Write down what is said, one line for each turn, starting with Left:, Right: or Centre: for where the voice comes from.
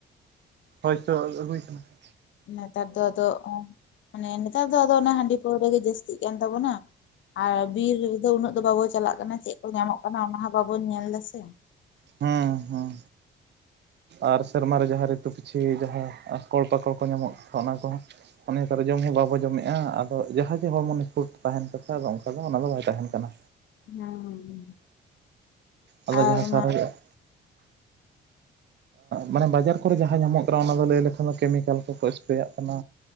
Right: ᱦᱚᱭ ᱛᱚ ᱟᱹᱜᱩᱭ ᱠᱟᱱᱟ ᱾
Left: ᱱᱮᱛᱟᱨ ᱫᱚ ᱟᱫᱚᱼᱼ ᱢᱟᱱᱮ ᱱᱮᱛᱟᱨ ᱫᱚ ᱟᱫᱚ ᱚᱱᱟ ᱦᱟᱺᱰᱤ ᱯᱟᱹᱣᱨᱟᱹ ᱜᱮ ᱡᱟᱹᱥᱛᱤᱜ ᱠᱟᱱ ᱛᱟᱵᱚᱱᱟ ᱟᱨ ᱵᱤᱨ ᱨᱮ ᱫᱚ ᱩᱱᱟᱹᱜ ᱫᱚ ᱵᱟᱵᱚᱱᱼᱼ ᱪᱟᱞᱟᱜ ᱠᱟᱱᱟ ᱪᱮᱫ ᱠᱚ ᱧᱟᱢᱚᱜ ᱠᱟᱱᱟ ᱚᱱᱟ ᱦᱚᱸ ᱵᱟᱵᱚᱱ ᱧᱮᱞ ᱫᱟ ᱥᱮ?
Right: ᱦᱩᱸ ᱦᱩᱸ᱾ ᱟᱨ ᱥᱮᱨᱢᱟ ᱨᱮ ᱡᱟᱦᱟᱸ ᱨᱤᱛᱩ ᱯᱤᱪᱷᱤ ᱡᱟᱦᱟᱸ ᱯᱷᱚᱞ ᱯᱟᱠᱚᱲ ᱠᱚ ᱧᱟᱢᱚᱜ ᱚᱱᱟ ᱠᱚᱦᱚᱸᱼᱼ ᱚᱱᱮ ᱥᱟᱨᱡᱚᱢ ᱦᱚᱸ ᱵᱟᱵᱚᱱ ᱡᱚᱢᱮᱫ-ᱟ᱾ ᱟᱫᱚ ᱡᱟᱦᱟᱸ ᱡᱮ ᱦᱚᱲᱢᱚ ᱱᱤᱥᱯᱷᱩᱴ ᱛᱟᱦᱮᱱ ᱠᱟᱛᱷᱟ ᱟᱫᱚ ᱚᱱᱠᱟ ᱫᱚ ᱚᱱᱟ ᱫᱚ ᱵᱟᱭ ᱛᱟᱦᱮᱱ ᱠᱟᱱᱟ᱾
Left: ᱦᱩᱸ ᱦᱩᱸ ᱦᱩᱸ
Right: ᱟᱫᱚ
Left: ᱟᱨ
Right: ᱡᱟᱦᱟᱸ
Left: ᱚᱱᱟ
Right: ᱥᱟᱨᱮᱡᱚ ᱼᱼ ᱢᱟᱱᱮ ᱵᱟᱡᱟᱨ ᱠᱚᱨᱮ ᱡᱟᱦᱟᱸ ᱧᱟᱢᱚᱜ ᱠᱟᱱᱟ ᱚᱱᱟ ᱫᱚ ᱞᱟᱹᱭ ᱞᱮᱠᱷᱟᱱ ᱫᱚ ᱠᱮᱢᱤᱠᱮᱞ ᱠᱚᱠᱚ ᱮᱥᱯᱨᱮᱭᱟᱜ ᱠᱟᱱᱟ᱾